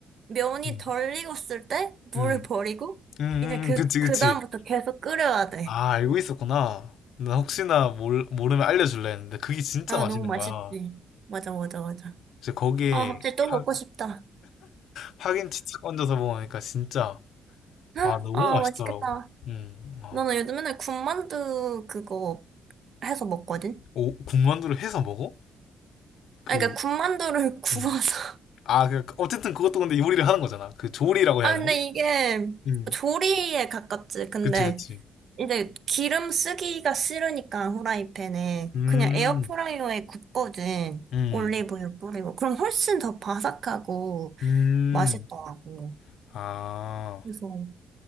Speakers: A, on the right; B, on the left.
A: 면이
B: 음.
A: 덜 익었을 때 물을
B: 음.
A: 버리고
B: 음,
A: 이제 그,
B: 음, 그치,
A: 그
B: 그치.
A: 다음부터 계속 끓여야 돼.
B: 아, 알고 있었구나. 나 혹시나 몰, 모르면 알려줄래 했는데 그게 진짜
A: 아,
B: 맛있는
A: 너무 맛있지.
B: 거야.
A: 맞아, 맞아, 맞아.
B: 그래서 거기에
A: 아, 갑자기 또
B: 파,
A: 먹고 싶다.
B: 파김치 착 얹어서 먹으니까 진짜
A: 헉,
B: 와 너무
A: 아,
B: 맛있더라고.
A: 맛있겠다.
B: 음, 와.
A: 너는 요즘 맨날 군만두 그거 해서 먹거든?
B: 오, 군만두를 해서 먹어? 그,
A: 아, 그러니까 군만두를 <laughs> 구워서.
B: 음. 아, 그, 어쨌든 그것도 근데 요리를 하는 거잖아. 그 조리라고
A: 아,
B: 해야 되나?
A: 근데 이게
B: 음,
A: 조리에 가깝지. 근데
B: 그치, 그치.
A: 이제 기름 쓰기가 싫으니까 후라이팬에
B: 음,
A: 그냥 에어프라이어에 굽거든.
B: 음,
A: 올리브유 뿌리고. 그럼 훨씬 더 바삭하고
B: 음.
A: 맛있더라고.
B: 아,
A: 그래서